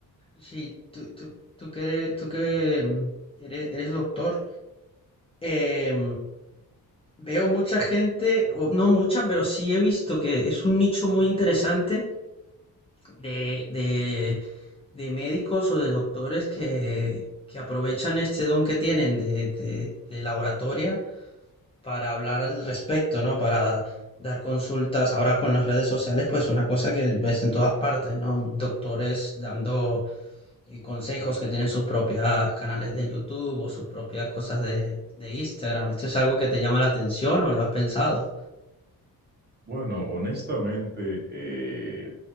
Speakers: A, on the left; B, on the right.
A: sí, tú, tú, tú que eres, tú que em, eres, eres doctor, em, Veo mucha gente, o no mucha, pero sí he visto que es un nicho muy interesante de, de, de médicos o de doctores que, que aprovechan este don que tienen de, de, de la oratoria para hablar al respecto, ¿no? Para dar consultas. Ahora con las redes sociales, pues una cosa que ves en todas partes, ¿no? Doctores dando eh, consejos que tienen sus propias canales de YouTube o sus propias cosas de, de Instagram. ¿Esto es algo que te llama la atención o lo has pensado?
B: Bueno, honestamente, eh,